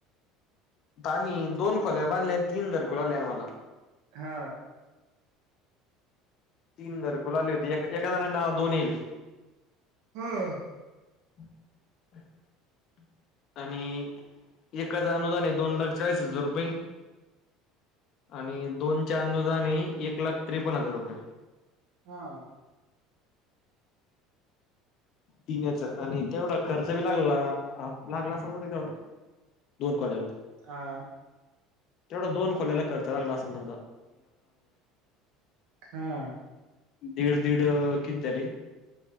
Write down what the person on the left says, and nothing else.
आम्ही दोन खोल्या बांधल्या आणि तीन घरंकुलाले आम्हाला
तीन घरकुल आली होती एकजणाच्या नावावर दोन येले हे
<inaudible> आणि एकाच अनुदान दोन लाख चाळीस हजार रुपये आणि दोनच्या अनुजदाने एक लाख त्रेपन्न हजार रुपये
तीन्याच आणि तेवढा खर्च बी लागला लागला सांगत तेवढा दोन खोल्याला
तेवढा दोन खोल्याला खर्च लागला आसन
दीड दीड किती झाली